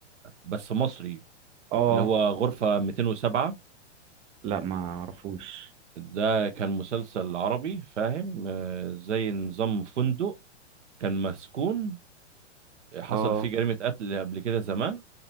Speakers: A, on the right (about 75°); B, on the right (about 15°).
A: بس مصري
B: اه
A: اللي هو غرفة 207
B: لا ما اعرفوش
A: ده كان مسلسل عربي فاهم آه، زي نظام فندق كان مسكون حصل
B: اه
A: فيه جريمة قتل قبل كده زمان